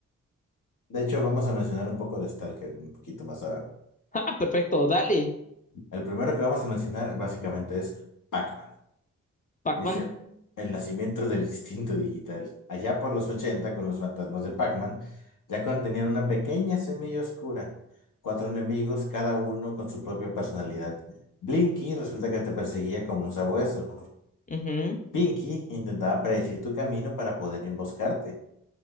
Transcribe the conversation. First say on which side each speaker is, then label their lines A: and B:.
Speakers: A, on the left; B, on the left.
A: De hecho, vamos a mencionar un poco de Stalker un poquito más abajo.
B: Ah, perfecto, dale.
A: El primero que vamos a mencionar básicamente es Pac-Man.
B: Pac-Man.
A: Dice, el nacimiento del instinto digital. Allá por los 80 con los fantasmas de Pac-Man, ya contenían una pequeña semilla oscura. Cuatro enemigos, cada uno con su propia personalidad. Blinky resulta que te perseguía como un sabueso.
B: Ujú.
A: Pinky intentaba predecir tu camino para poder emboscarte.